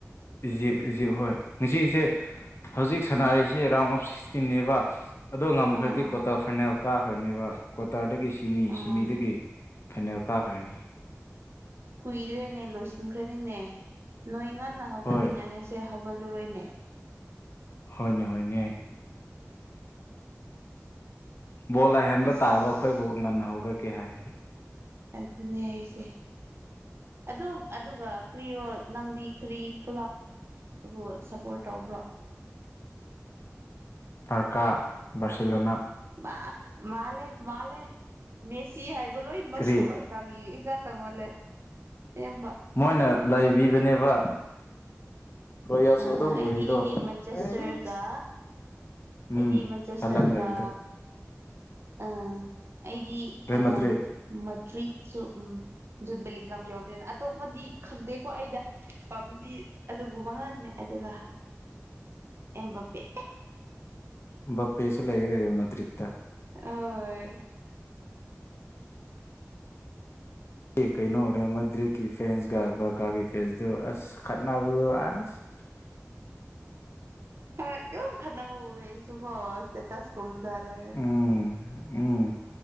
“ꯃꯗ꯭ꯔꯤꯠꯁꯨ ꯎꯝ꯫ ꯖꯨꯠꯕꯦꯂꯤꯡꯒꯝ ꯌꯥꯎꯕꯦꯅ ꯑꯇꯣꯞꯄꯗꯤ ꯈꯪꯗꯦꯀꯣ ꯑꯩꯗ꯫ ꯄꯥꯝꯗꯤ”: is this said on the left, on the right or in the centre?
Right